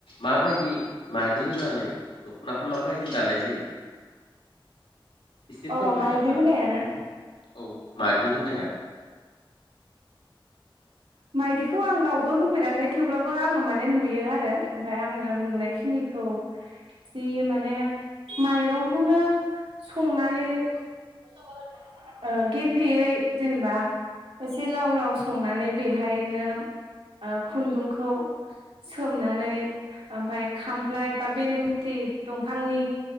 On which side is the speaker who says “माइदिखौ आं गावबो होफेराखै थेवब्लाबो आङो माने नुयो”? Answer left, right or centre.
Right